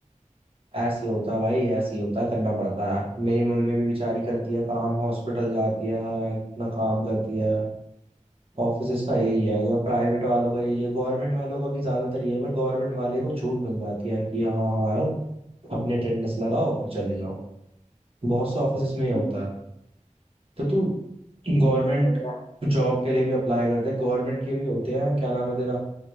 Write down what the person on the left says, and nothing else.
हम्म
हम्म, सही बात है